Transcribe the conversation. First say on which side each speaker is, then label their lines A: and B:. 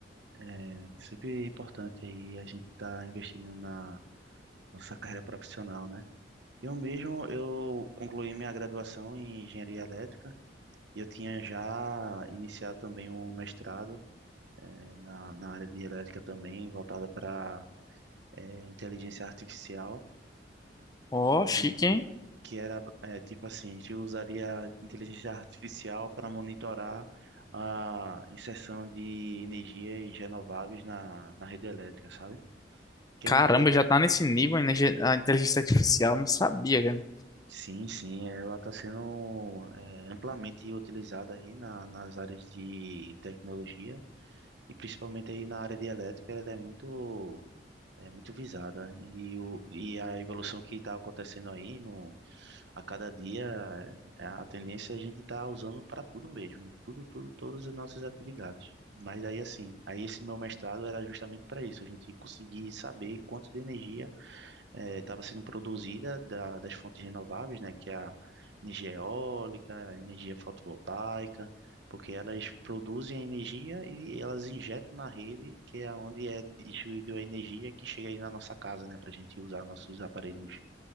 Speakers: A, on the right; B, on the left.
A: É sempre importante aí a gente tá investindo na nossa carreira profissional, né? Eu mesmo, eu concluí minha graduação em engenharia elétrica e eu tinha já iniciado também um mestrado é, na, na área de elétrica também, voltada para é, inteligência artificial,
B: Ó,
A: e
B: chique, hein?
A: que era é, tipo assim, a gente usaria inteligência artificial para monitorar a inserção de energias renováveis na, na rede elétrica, sabe? Que
B: Caramba,
A: é um pouco.
B: já tá nesse nível, né? A inteligência artificial, não sabia, cara.
A: Sim, sim, ela está sendo é, amplamente utilizada aí na, nas áreas de tecnologia e principalmente aí na área de elétrica, ela é muito É muito visada. E, o, e a evolução que está acontecendo aí, no, a cada dia, é, é a tendência é a gente estar usando para tudo mesmo, em tudo, tudo, todas as nossas atividades. Mas aí, assim, aí esse meu mestrado era justamente para isso, a gente conseguir saber quanto de energia estava sendo produzida da- das fontes renováveis, né, que é a energia eólica, a energia fotovoltaica, porque elas produzem a energia e elas injetam na rede, que é onde é distribuída a energia que chega aí na nossa casa, né, para a gente usar nossos aparelhos